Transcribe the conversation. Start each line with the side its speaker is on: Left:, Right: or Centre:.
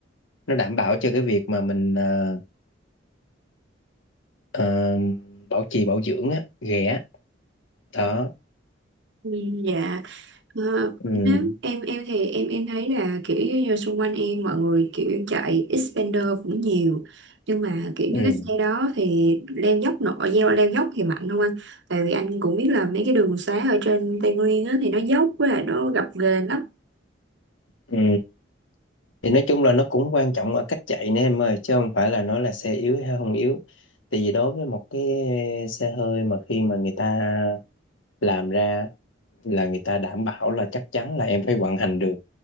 Left: nó đảm bảo cho cái việc mà mình ờ, ờ, bảo trì bảo dưỡng á ghẻ đó
Right: Ừm, Dạ Ờ,
Left: ừ,
Right: nếu em em thì em em thấy là kiểu như xung quanh em mọi người kiểu chạy Xpander cũng nhiều nhưng mà kiểu
Left: ừ,
Right: như cái xe đó thì leo dốc nổi leo leo dốc thì mạnh không anh? Tại vì anh cũng biết là mấy cái đường xá ở trên Tây Nguyên á, thì nó dốc với lại nó gập ghềnh lắm.
Left: ừ. thì nói chung là nó cũng quan trọng ở cách chạy nè em ơi chứ không phải là nó là xe yếu hay không yếu tại vì đối với một cái xe hơi mà khi mà người ta làm ra là người ta đảm bảo là chắc chắn là em phải vận hành được